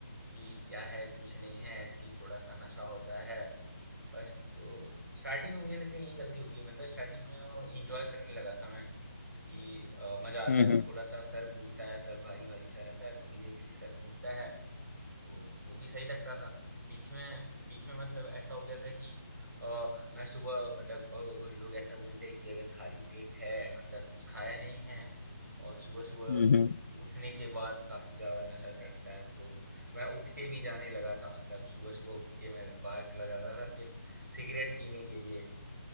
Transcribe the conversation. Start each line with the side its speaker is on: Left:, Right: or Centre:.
Right: कि क्या है कुछ नहीं है ऐसे ही थोड़ा सा नशा होता है बस तो स्टार्टिंग में मुझे लगता है यही गलती होगी मतलब स्टार्टिंग में इंजॉय करने लगा था मैं कि अ, मजा आता
Left: हम्म
Right: है वो
Left: हम्म
Right: थोड़ा सा सर घूमता है सर भारी भारी सा रहता है थोड़ी देर के लिए सर घूमता है तो वो भी सही लगता था बीच में बीच में मतलब ऐसा हो गया था कि आ, मैं सुबह मतलब अ, लोग ऐसा बोलते हैं कि अगर खाली पेट है मतलब कुछ खाया नहीं है और सुबह सुबह
Left: हम्म
Right: उठ,
Left: हम्म,
Right: उठने के बाद काफी ज्यादा नशा चढ़ता है तो मैं उठ के भी जाने लगा था मतलब सुबह सुबह उठ के मैं बाहर चला जाता था सिर्फ सिगरेट पीने के लिए